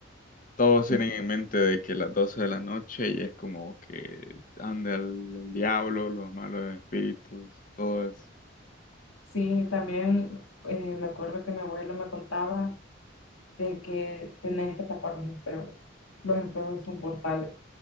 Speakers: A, on the left; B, on the left.
A: todos tienen
B: ¿Mm?
A: en mente de que las 12 de la noche y es como que anda el, el diablo, los malos espíritus, todo eso.
B: Sí, también eh, me acuerdo que mi abuelo me contaba de que tenés que tapar los espejos. Los espejos son portales.